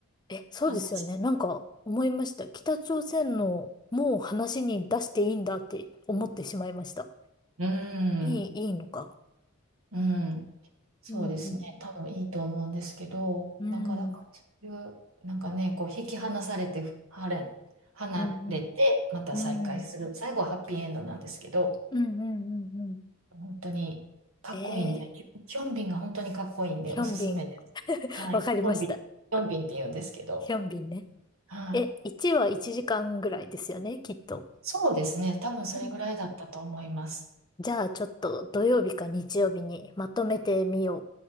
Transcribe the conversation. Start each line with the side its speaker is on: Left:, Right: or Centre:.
Left: え、そうですよね。
Right: 悲しい。
Left: なんか思いました。北朝鮮のもう話に出していいんだって思ってしまいました。
Right: うん、
Left: いい、いいのか。
Right: うん、そうですね。
Left: うんうん。
Right: 多分いいと思うんですけど、
Left: うん。
Right: なかなかそういう、なんかね、こう引き離されて、離れ、離れて、
Left: うん
Right: また再会する。
Left: うん。うん。
Right: 最後はハッピーエンドなんですけど、
Left: うんうんうんうん。
Right: 本当にかっこいいんで、
Left: ええ
Right: ヒョンビンが本当にかっこいいんでおすすめです。
Left: ヒョンビン。
Right: はい。
Left: わかりました。
Right: ヒョンビン、ヒョンビンって言うんですけど、
Left: ヒョンビンね。
Right: はい。
Left: え、1は1時間ぐらいですよね、きっと。
Right: そうですね。多分それぐらいだったと思います。
Left: うんうんうんじゃあちょっと土曜日か日曜日にまとめてみよ